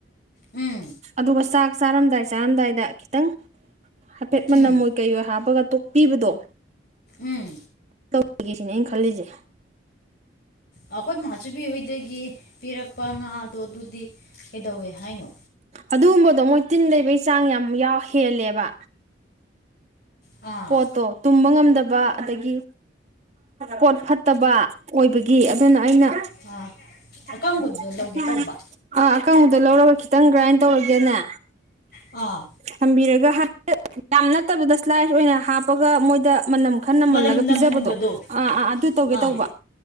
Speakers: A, on the left; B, on the right.
A: ꯎꯝ
B: ꯑꯗꯨꯒ ꯆꯥꯛ ꯆꯥꯔꯝꯗꯥꯏ ꯆꯥꯔꯝꯗꯥꯏꯗ ꯈꯤꯇꯪ꯫ ꯍꯥꯏꯐꯦꯠ ꯃꯅꯝ
A: ꯎꯝ
B: ꯑꯣꯏ ꯀꯩꯑꯣꯏ ꯍꯥꯞꯄꯒ ꯇꯣꯛꯄꯤꯕꯗꯣ꯫
A: ꯎꯝ
B: ꯇꯧꯒꯦ ꯁꯤꯅꯦ ꯑꯩꯅ ꯈꯜꯂꯤꯁꯦ꯫
A: ꯑꯩꯈꯣꯏ ꯃꯥꯁꯨꯕꯤꯍꯣꯏꯗꯒꯤ ꯄꯤꯔꯛꯄ ꯉꯥꯗꯣ ꯑꯗꯨꯗꯤ ꯀꯩꯗꯧꯋꯦ ꯍꯥꯏꯅꯣ꯫
B: ꯑꯗꯨꯒꯨꯝꯕꯗꯣ ꯃꯣꯏ ꯇꯤꯟ ꯂꯩꯕꯒꯤ ꯆꯥꯡ ꯌꯥꯝ ꯍꯦꯜꯂꯦꯕ꯫
A: ꯑꯥ
B: ꯄꯣꯠꯇꯣ꯫ ꯇꯨꯝꯕ ꯉꯝꯗꯕ ꯑꯗꯒꯤ ꯄꯣꯠ ꯐꯠꯇꯕ ꯑꯣꯏꯕꯒꯤ ꯑꯗꯨꯅ ꯑꯩꯅ꯫
A: ꯑꯥ ꯑꯀꯪꯕꯗꯣ
B: <inaudible>
A: ꯂꯧꯒꯦ ꯇꯧꯕ
B: ꯑꯥ ꯑꯀꯪꯕꯨꯨꯗ ꯂꯧꯔꯒ ꯈꯤꯇꯪ ꯒ꯭ꯔꯥꯏꯟ ꯇꯧꯔꯦꯗꯅ꯫
A: ꯑꯥ꯫
B: ꯊꯝꯕꯤꯔꯒ ꯍꯥꯏꯐꯦꯠ ꯌꯥꯝ ꯅꯠꯇꯕꯗ ꯁ꯭ꯂꯥꯏꯁ ꯑꯣꯏꯅ ꯍꯥꯞꯄꯒ ꯃꯣꯏꯗ ꯃꯅꯝ ꯈ ꯅꯃꯜꯂꯒ
A: ꯃꯅꯝ ꯅꯝꯍꯟꯕꯗꯣ
B: ꯄꯤꯖꯕꯗꯣ ꯑꯥ ꯑꯥ ꯑꯗꯨ ꯇꯧꯒꯦ
A: ꯑꯥ
B: ꯇꯧꯕ꯫